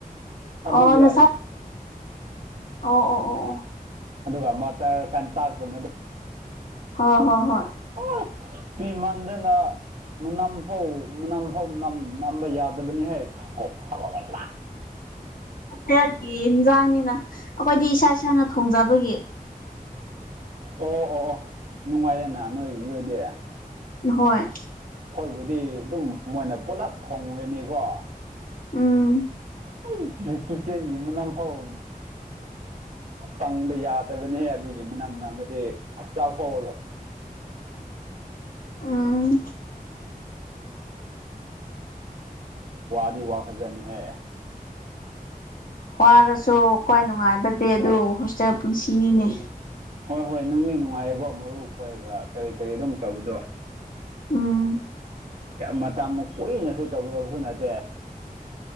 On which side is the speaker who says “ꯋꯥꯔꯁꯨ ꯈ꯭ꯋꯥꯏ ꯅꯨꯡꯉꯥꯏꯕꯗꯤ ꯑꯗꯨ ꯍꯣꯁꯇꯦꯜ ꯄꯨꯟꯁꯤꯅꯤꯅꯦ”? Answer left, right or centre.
Left